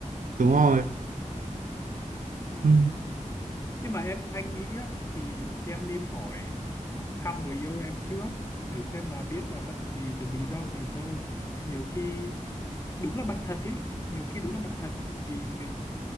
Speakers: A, on the right; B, on the left.
A: đúng rồi
B: Ừm,
A: Ừ.
B: nhưng mà em anh nghĩ á, thì em nên hỏi thăm người yêu em trước để xem là biết là bận vì cái lý do gì cơ nhiều khi đúng là bận thật ý nhiều khi đúng là bận thật bởi vì mình